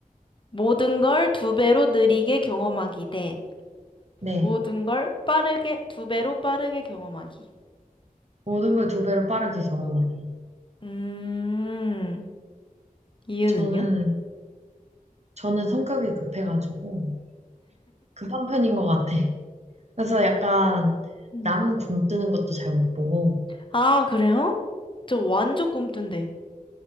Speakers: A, on the left (about 35°); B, on the right (about 50°).
A: 모든 걸 두 배로 느리게 경험하기 대
B: 네.
A: 모든 걸 빠르게, 두 배로 빠르게 경험하기.
B: 모든 걸 두 배로 빠르게 경험하기.
A: 음, 이유는요?
B: 저는, 저는 성격이 급해가지고, 급한 편인 것 같아. 그래서 약간
A: 음.
B: 남 굶뜨는 것도 잘 못 보고.
A: 아, 그래요? 저 완전 꿈뜬데.